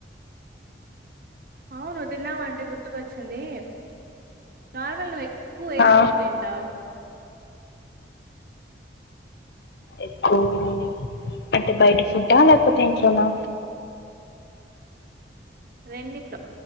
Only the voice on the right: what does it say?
అవును తిన్నావ అంటే గుర్తుకొచ్చింది నార్మల్ నువ్వు ఎ క్కువ ఏం
ఫుడ్ తింటావు
రెండిట్లొ